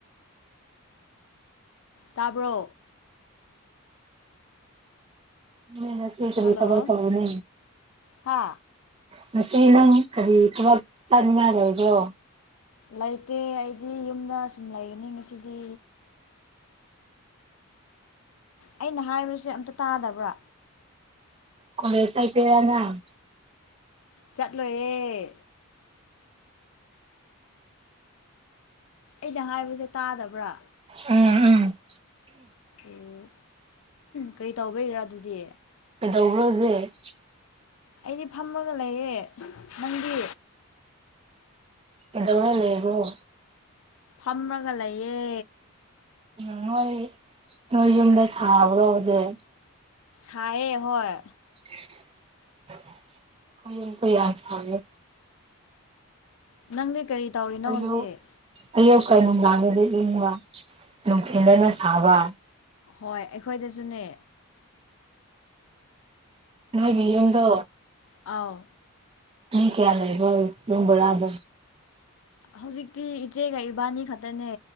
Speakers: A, on the left; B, on the right.
A: ꯇꯥꯕ꯭ꯔꯣ
B: ꯅꯣꯏ ꯍꯥꯁꯕꯦꯟ ꯀꯔꯤ
A: ꯍꯜꯂꯣ
B: ꯊꯕꯛ ꯇꯧꯔꯦ
A: ꯍꯥ
B: ꯉꯁꯤ ꯅꯪ ꯀꯔꯤ ꯊꯕꯛ ꯆꯠꯅꯤꯡꯉꯥꯏ ꯂꯩꯕ꯭ꯔꯣ
A: ꯂꯩꯇꯦ ꯑꯩꯗꯤ ꯌꯨꯝꯗ ꯁꯨꯝ ꯂꯩꯒꯅꯤ ꯉꯁꯤꯗꯤ ꯑꯩꯅ ꯍꯥꯏꯕꯁꯦ ꯑꯝꯇ ꯇꯥꯗꯕ꯭ꯔꯥ
B: ꯀ‌ꯣꯂ‌ꯦꯁ ꯆꯠꯀꯦꯔꯥ ꯅꯪ
A: ꯆꯠꯂꯣꯏꯌꯦ ꯑꯩꯅ ꯍꯥꯏꯕꯁꯦ ꯇꯥꯗꯕ꯭ꯔꯥ
B: ꯎꯝ ꯎꯝ
A: ꯑꯣ ꯀꯔꯤ ꯇꯧꯕꯩꯔꯥ ꯑꯗꯨꯗꯤ
B: ꯀꯩꯗꯧꯕ꯭ꯔꯣ ꯍꯧꯖꯤꯛ
A: ꯑꯩꯗꯤ ꯐꯝꯃꯥꯒ ꯂꯩꯌꯦ ꯅꯪꯗꯤ
B: ꯀꯩꯗꯧꯔꯥ ꯂꯩꯕ꯭ꯔ‌ꯣ
A: ꯐꯝꯔꯥꯒ ꯂꯩꯌꯦ
B: ꯎꯝ ꯅꯣꯏ ꯅꯣꯏ ꯌꯨꯝꯗ ꯁꯥꯕ꯭ꯔꯣ ꯇꯧꯖꯤꯛ
A: ꯁꯥꯏꯌ‌ꯦ ꯍꯣꯏ
B: <unintelligible> ꯈꯣꯏ ꯌꯨꯝꯁꯨ ꯌꯥꯝ ꯁꯥꯏꯌꯦ
A: ꯅꯪꯗꯤ ꯀꯔꯤ ꯇꯧꯔꯤꯅꯣ
B: ꯑꯌꯨꯛ
A: ꯍꯧꯖꯤꯛ
B: ꯑꯌꯨꯛꯀ ꯅꯨꯡꯗꯥꯡꯗꯗꯤ ꯏꯪꯕ ꯅꯨꯡꯊꯤꯟꯗꯅ ꯁꯥꯕ
A: ꯍꯣꯏ ꯑꯩꯈꯣꯏꯗ ꯖꯨꯅꯦ
B: ꯅ‌ꯣꯏꯒꯤ ꯌꯨꯝꯗꯣ
A: ꯑꯥꯎ
B: ꯃꯤ ꯀꯌꯥ ꯂꯩꯕ꯭ꯔꯣ ꯌꯨꯝ ꯕꯔꯥꯗꯣ
A: ꯍꯧꯖꯤꯛꯇꯤ ꯏꯆꯦꯒ ꯏꯕꯥꯅꯤ ꯈꯛꯇꯅꯦ